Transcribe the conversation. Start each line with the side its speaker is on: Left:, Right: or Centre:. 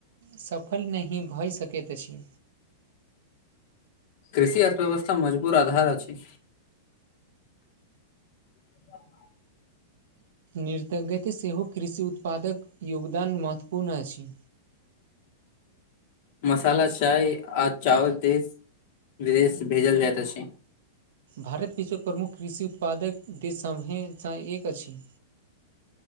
Right: सफल नहि भए सकैत अछि
Left: कृषि अर्थ व्यवस्था मजबूर आधार अछि ह <inaudible>
Right: नृतज्ञत सेहो कृषि उत्पादक योगदान महत्वपूर्ण अछि
Left: मसाला चाय आज चावल देश विदेश भेजल जायत अछि
Right: भारत विश्वक प्रमुख कृषि उत्पादक देश सभसँ <unintelligible> एक अछि